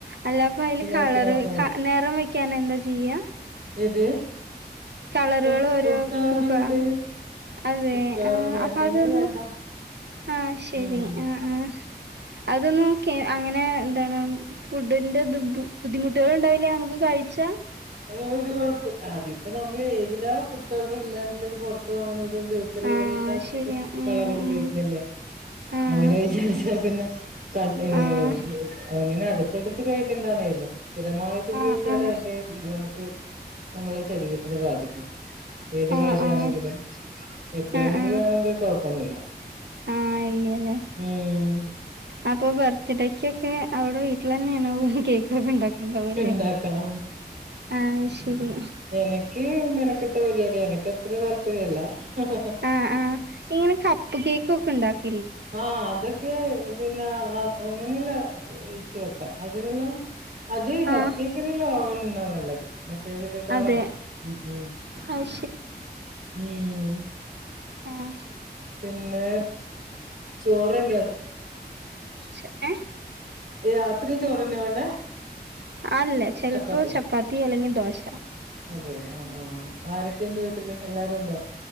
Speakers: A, on the right; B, on the right.
A: അല്ലപ്പ അയില് കളറ്
B: ആക്കി നോക്കിയാ മതി
A: ക നെറം വെയ്ക്കാനെന്താ ചെയ്യാ
B: ഏത്
A: കളറാള്
B: ഫുഡ്
A: ഓരോ
B: ഫുഡ് കളറിലുണ്ട്
A: പൂക അങ്ങ് അതെ
B: ഫുഡ് കളറ്
A: ആഹ്
B: വേണ്ടെങ്കില്
A: അപ്പൊ അതൊന്നു
B: വേണ്ട
A: ആഹ് ശരി
B: ഉം
A: ആഹ് ആഹ് അതൊന്നും കേ അങ്ങനെ ന്താണ് ഫുഡിന്റെത് ബു ബുദ്ധിമുട്ടുകൾ ഉണ്ടാവില്ല നമുക്ക് കഴിച്ചാ
B: ആഹ് ഒരു കുഴപ്പോ അതിപ്പ നമ്മള് ഏതിലാ ഫുഡ് കളർ ഇല്ലാണ്ടല്ലത് പുറത്ത് വാങ്ങുന്നതും ബേക്കറികളില്
A: ആഹ്
B: എല്ലാത്തിലും
A: ശരിയാ
B: ഫുഡ്‌
A: ഉം
B: കളറും ഉപയോഗിക്കുന്നില്ലേ
A: ഉം ആഹ്
B: അങ്ങനെ വിചാരിച്ച പിന്നെ കൺ ഏഹ്
A: ആഹ്
B: അങ്ങനെ അടുത്തടുത്ത് കഴിക്കണ്ടാന്നേ യുള്ളു സ്ഥിരമായിട്ട് ഉപയോഗിച്ചാലേ
A: ആഹ് ആഹ്
B: അയിന്റെ നമുക്ക് നമ്മള ശരീരത്തിനെ ബാധിക്കു ഏത്
A: ആഹ്
B: കാര്യാണെങ്കിലും
A: ആഹ്
B: എപ്പോഴെങ്കിലും
A: ആഹ് ആഹ്
B: ആണെങ്കിൽ കൊഴപ്പൊന്നുല്ല
A: ആഹ് ഇല്ല്യലെ
B: ഉംഊമ്
A: അപ്പൊ വർത്ത്ഡേയ്ക്കൊക്കെ അവിടെ വീട്ടിലെന്നേണോ ഉ <unintelligible> കേക്കൊക്കെ ഉണ്ടാക്കണ്ടാവുല്ലേ
B: ഇണ്ടാക്കാം
A: ആഹ് ശരി
B: എനക്ക് മെനക്കെട്ട പരിപാടിയ എനക്കത്ര താല്പര്യല്ല ഹഹ് ഹ ഹ
A: ആഹ് ആഹ് ഇങ്ങനെ കപ്പ് കേക്കൊക്കെണ്ടാക്
B: ആഹ് അതൊക്കെ പിന്ന ആഹ് അങ്ങനെല്ലാം ഇഴിച്ച് വെക്കാം അതിനെല്ലാം അത് കപ്പ്
A: ആഹ്
B: കേക്കിന്ല്ല ഓവൻ തന്നാ നല്ലത് മറ്റേതിലേക്കാളും
A: അതെ
B: ഉം ഉം
A: അത്
B: ഊമ്
A: ഉംഹ്
B: പിന്നെ ചോറല്ലത്
A: ച്ച് ഏഹ്
B: രാത്രി ചോറന്നെ വേണ്ടേ
A: അല്ലേ ചെൽപ്പോ
B: ചപ്പാത്തിയോ
A: ചപ്പാത്തി അല്ലെങ്കി ദോശ
B: അതെയോ ആഹ് ആഹ് ആരൊക്കെണ്ട് വീട്ടില് എല്ലാരും ഉണ്ടോ